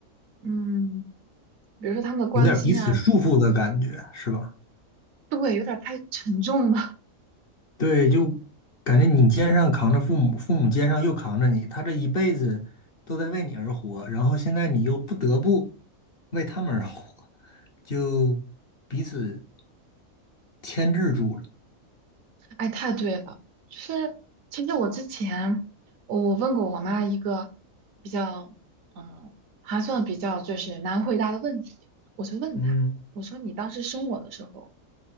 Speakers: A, on the right; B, on the left.
A: 嗯，比如说他们的关心啊，
B: 有点彼此束缚的感觉，是吧？
A: 对，有点儿太沉重了，
B: 对，就感觉你肩上扛着父母，父母肩上又扛着你，他这一辈子都在为你而活，然后现在你又不得不为他们而活，就彼此牵制住了。
A: <laughs> 哎，太对了。就是其实我之前我我问过我妈一个比较嗯还算比较就是难回答的问题，我就问她，
B: 嗯
A: 我说你当时生我的时候。